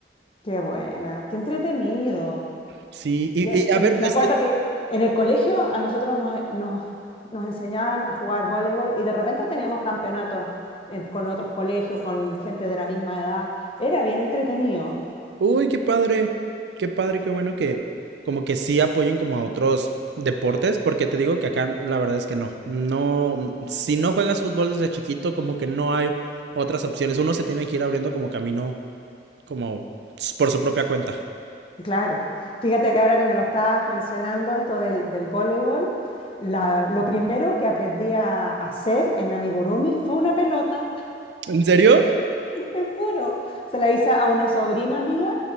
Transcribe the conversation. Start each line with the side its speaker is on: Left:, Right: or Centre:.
Left: Qué buena, qué entretenido.
Right: Sí, y,
Left: Yo
Right: y a
Left: en-
Right: ver,
Left: me
Right: este,
Left: acuerdo que en el colegio a nosotros nos, eh, nos, nos enseñaban a jugar voleibol y de repente teníamos campeonatos en- con otros colegios, con gente de la misma edad. Era bien entretenido.
Right: uy, qué padre, qué padre, qué bueno que como que sí apoyen como a otros deportes, porque te digo que acá la verdad es que no, no, mm, si no juegas fútbol desde chiquito, como que no hay otras opciones, uno se tiene que ir abriendo como camino como por su propia cuenta.
Left: Claro, fíjate que ahora que me lo estás mencionando, esto del, del voleibol, la- lo primero que aprendí a hacer en amigurumi fue una pelota,
Right: ¿En serio?
Left: <laughs> te juro. Se la hice a una sobrina mía,